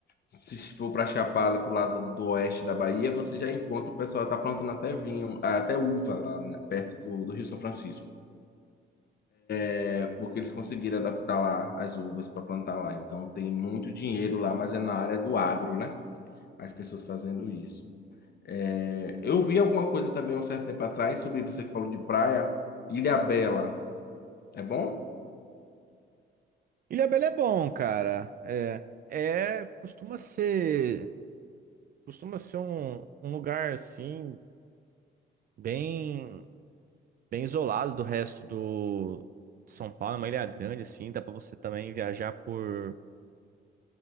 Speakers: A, on the left; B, on the right.
A: se for para Chapada, pro lado do oeste da Bahia, você já encontra o pessoal que tá plantando até vinho, até uva lá né, perto do, do Rio São Francisco, É, porque eles conseguiram adaptar lá as uvas para plantar lá. Então tem muito dinheiro lá, mas é na área do agro, né? As pessoas fazendo isso. É, eu vi alguma coisa também um certo tempo atrás sobre você que falou de praia, Ilhabela. É bom?
B: Ilhabela é bom, cara. É, é costuma ser, costuma ser um, um lugar assim bem, bem isolado do resto do de São Paulo, é uma ilha grande assim, dá pra você também viajar por